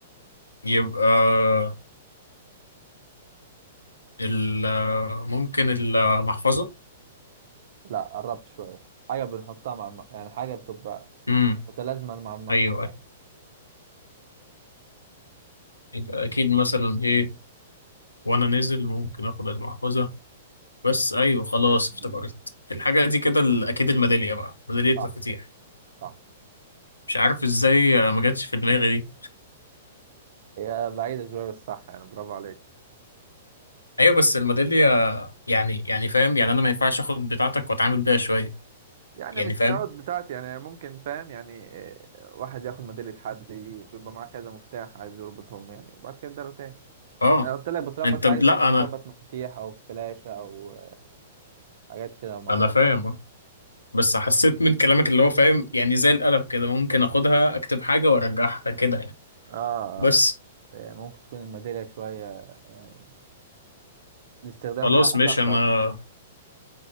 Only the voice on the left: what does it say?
يبقى ال ممكن المحفظة
امم
ايوه أيوة. يبقى اكيد مثلا ايه وانا نازل ممكن اخد المحفظة بس ايوه خلاص افتكرت
الحاجة دي كده ال- اكيد الميدالية بقى ميدالية
مفاتيح
مش عارف ازاي آه، ما جاتش في دماغي دي
ايوه بس الميدالية يعني يعني فاهم يعني انا ما ينفعش اخد بتاعتك واتعامل بيها شوية
يعني
فاهم
اه
انت
لا
انا
انا
فاهم بس حسيت من كلامك اللي هو فاهم يعني زي القلم كده ممكن اخدها اكتب حاجة وارجعها كده يعني
بس
خلاص
ماشي
انا